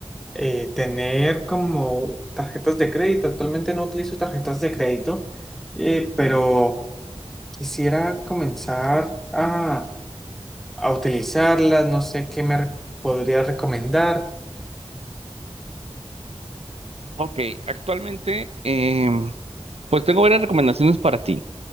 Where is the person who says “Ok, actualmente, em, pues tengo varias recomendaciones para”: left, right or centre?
Right